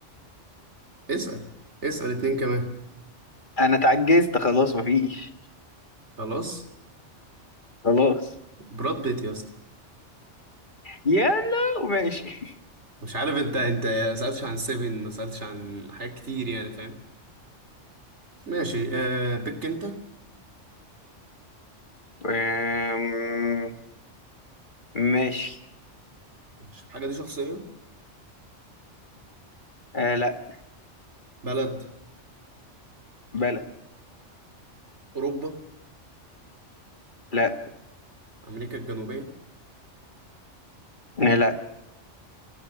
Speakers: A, on the right; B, on the left.
A: اسأل اسأل اتنين كمان
B: انا اتعجزت خلاص مفيش
A: خلاص
B: خلاص
A: براد بيت يا اسطى
B: يلا ماشي
A: مش عارف انت انت ما سألتش عن سيفن ما سألتش عن حاجات كتير يعني فاهم ماشي آه بيك انت
B: <laughs> آم، ماشي
A: مش الحاجة دي شخصية
B: آه لا
A: بلد
B: بلا
A: أوروبا
B: لا
A: أمريكا الجنوبية
B: لا لا